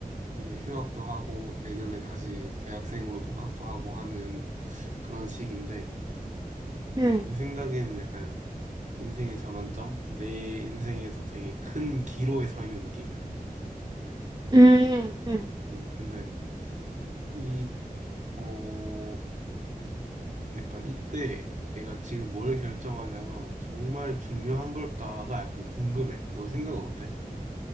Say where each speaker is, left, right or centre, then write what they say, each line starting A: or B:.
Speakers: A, on the right (about 50°); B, on the right (about 25°).
A: 이제 휴학도 하고 내년에 다시 대학생으로 복학도 하고 하는 그런 시기인데
B: 응,
A: 내 생각에는 약간 인생의 전환점? 내 인생에서 되게 큰 기로에 서 있는 느낌이야.
B: 음, 음,
A: 음, 근데 이, 어, 그러니까 이때 내가 지금 뭘 결정하냐가 정말 중요한 걸까가 약간 궁금해. 너 생각은 어때?